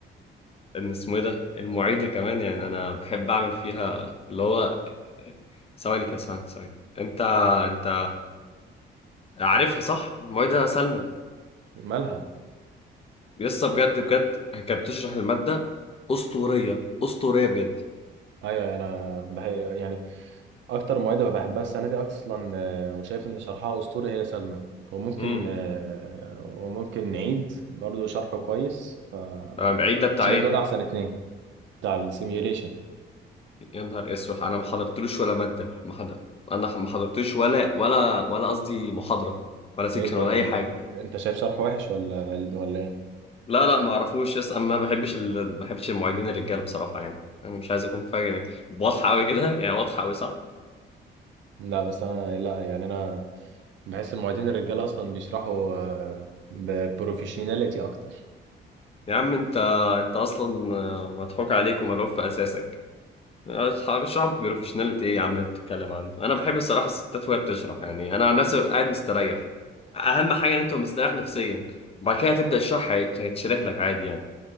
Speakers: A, on the left; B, on the right.
A: ان اسمه ايه ده المعيده كمان يعني انا بحب اعمل فيها اللي هو ثواني كده ثواني ثواني انت انت عارفها صح المعيده سلمى
B: مالها
A: لسه بجد بجد كانت بتشرح المادة أسطورية أسطورية بجد
B: ايوه ايوه، انا أنا بح... يعني اكتر معيده بحبها السنه دي اصلا آه، وشايف ان شرحها اسطوري هي سلمى وممكن
A: امم
B: آه، وممكن نعيد برضو شرحه كويس فشايف
A: أنا بعيد ده بتاع إيه
B: دول احسن اتنين بتاع السيميوليشن
A: يا نهار أسود أنا ما حضرتلوش ولا مادة ما حضر أنا ما حضرتلوش ولا ولا ولا قصدي محاضرة ولا سيكشن
B: اللي انت
A: ولا أي حاجة
B: انت شايف شرحه وحش ولا ولا ايه
A: لا لا ما أعرفوش يس أنا ما بحبش ال... ما بحبش المعيدين الرجالة بصراحة يعني أنا مش عايز أكون فاهم يعني واضحة أوي كده يعني واضحة أوي صح
B: لا بس انا لا يعني انا بحس المعيدين الرجاله اصلا بيشرحوا ببروفيشناليتي اكتر
A: يا عم أنت أنت أصلا آه، مضحوك عليك وملعوب في أساسك اصحاب الشعب بروفيشناليتي ايه يا عم انت بتتكلم عنه انا بحب الصراحه الستات وهي بتشرح يعني انا عن نفسي ببقى قاعد مستريح اهم حاجه ان انت مستريح نفسيا وبعد كده تبدا الشرح هيت- هيتشرح لك عادي يعني